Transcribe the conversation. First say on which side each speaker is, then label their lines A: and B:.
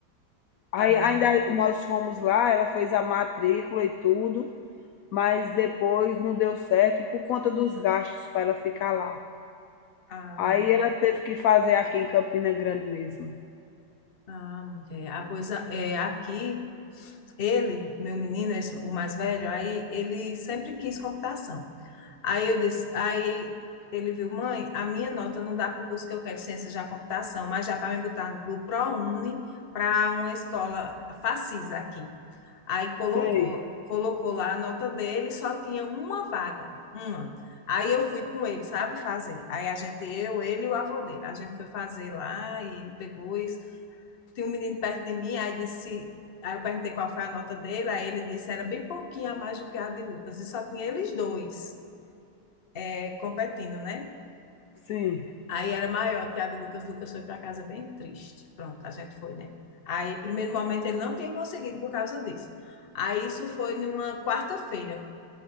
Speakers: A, on the left (about 70°); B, on the left (about 40°).
A: Aí
B: Ah,
A: ainda nós fomos lá, ela fez a matrícula e tudo, mas depois não deu certo por conta dos gastos para ela ficar lá.
B: ah,
A: Aí ela teve que fazer aqui em Campina Grande mesmo.
B: ah, mulher. Ah, pois é, aqui ele, meu menino, esse- o mais velho, aí ele sempre quis computação. Aí eu disse, aí ele viu, mãe, a minha nota não dá para o curso que eu quero de ciências da computação, mas já para me botar do ProUni para uma escola Facisa aqui. Aí colocou,
A: Sei,
B: colocou lá a nota dele, só tinha uma vaga, uma. Aí eu fui com ele, sabe fazer. Aí a gente, eu, ele e o avô dele, a gente foi fazer lá e ele pegou isso. Tinha um menino perto de mim, aí disse, Aí eu perguntei qual foi a nota dele, aí ele disse era bem pouquinho a mais do que a de Lucas, e só tinha eles dois. É, competindo, né?
A: sim,
B: Aí era maior que a de Lucas. Lucas foi para casa bem triste. Pronto, a gente foi, né? Aí, primeiro momento, ele não tinha conseguido por causa disso. Aí, isso foi numa quarta-feira.